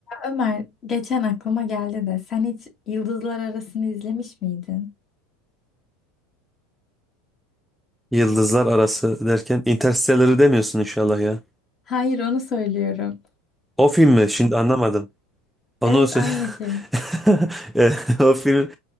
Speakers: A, on the left; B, in the centre.
A: Ömer, geçen aklıma geldi de sen hiç Yıldızlar Arası'nı izlemiş miydin?
B: Yıldızlar Arası derken Interstellar'ı demiyorsun inşallah ya.
A: Hayır, onu söylüyorum.
B: O film mi? Şimdi anlamadım. Onu
A: Evet,
B: sö-
A: aynı film.
B: <laughs> E, o film